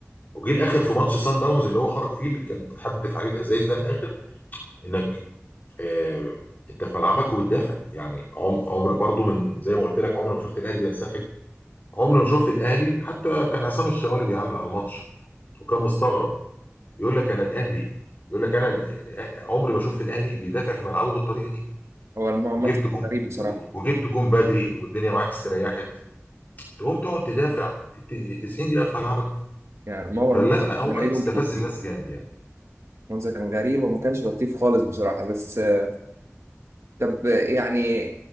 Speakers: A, on the left; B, on the right.
A: وجه الاخر في ماتش سان داونز اللي هو خرج فيه اللي كان بتحدف عليه الازايز ده الاخر انك آه، انت في ملعبك وبتدافع يعني عمر عمر برضو من زي ما قلت لك عمر ما شفت الاهلي بينسحب عمر ما شفت الاهلي حتى كان عصام الشوالي بيعلق على الماتش وكان مستغرب يقول لك انا الاهلي يقول لك انا ال- ال- عمري ما شفت الاهلي بيدافع في ملعبه بالطريقه دي
B: هو الم- المنظر
A: وجبت جون
B: كان غريب بصراحه
A: وجبت جون بدري والدنيا معاك استريحت تقوم تقعد تدافع الت- 90 دقيقه في ملعبك
B: يعني الموضوع
A: فلا
B: المنظر
A: لا هو
B: كان غريب
A: استفز
B: ومش لطيف
A: الناس جامد يعني
B: المنظر كان غريب وما كانش لطيف خالص بصراحه بس آه، طب آه، يعني